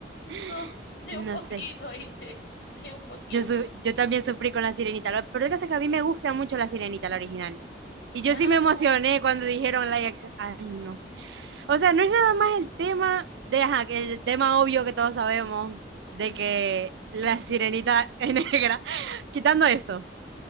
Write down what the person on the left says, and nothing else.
No, <laughs> ni
un poquito,
¿viste? Ni un poquito.
Claro.
Ujú.